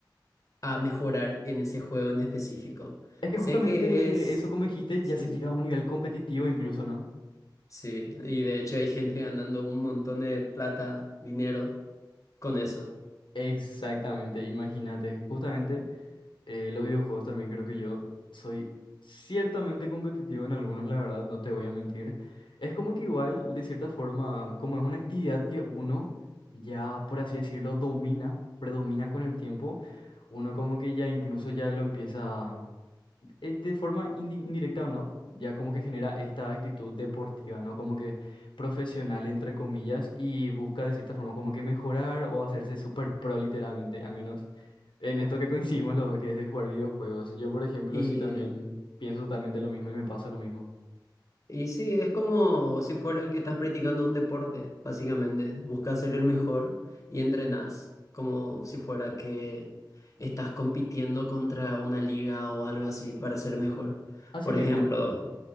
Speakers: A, on the left; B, on the left.
A: a mejorar en ese juego en específico.
B: Es que
A: Sé
B: justamente
A: que es,
B: eso, como dijiste,
A: sí,
B: ya se lleva a un nivel competitivo incluso, ¿no?
A: sí, y de hecho hay gente ganando un montón de plata, dinero con eso.
B: Exactamente, imagínate, justamente. Eh, los videojuegos también creo que yo soy ciertamente competitivo en algunos, la verdad, no te voy a mentir. Es como que igual, de cierta forma, como es una actividad que uno ya, por así decirlo, domina, predomina con el tiempo, uno como que ya incluso ya lo empieza, eh, de forma indi- indirecta o no, ya como que genera esta actitud deportiva, ¿no? Como que profesional, entre comillas, y busca de cierta forma como que mejorar o hacerse súper pro literalmente, al menos. En esto que coincidimos los dos, que es de jugar videojuegos. Yo, por ejemplo,
A: y
B: sí también pienso totalmente lo mismo y me pasa lo mismo.
A: Y sí, es como si fuera que estás practicando un deporte, básicamente. Buscas ser el mejor y entrenás, como si fuera que estás compitiendo contra una liga o algo así para ser mejor.
B: Así
A: Por
B: mismo.
A: ejemplo,